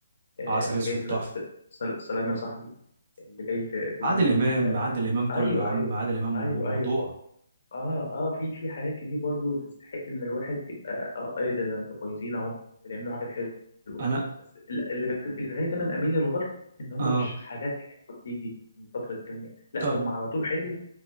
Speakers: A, on the left (about 65°); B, on the right (about 45°).
A: آه،
B: عسل
A: اللي
B: اسود
A: جاي في
B: تحفه
A: دلوقتي س- س- سلام يا صاحبي اللي جاي في, في
B: عادل
A: دماغي
B: امام
A: آه،
B: عادل امام كله
A: ايوه
B: يا عم
A: ايوه
B: عادل امام
A: ايوه
B: موضوع
A: ايوه اه اه في في حاجات كتير برضو تستحق ان الواحد يبقى اه ايه ده, ده انتوا كويسين اهو بتعملوا حاجات حلوه
B: انا
A: بس ال- اللي بيخل- اللي بيخليني دايما اميل للغرب ان هم
B: اه
A: مش حاجات حلوه بتيجي من فتره التانيه لا
B: طيب
A: هم على طول حلو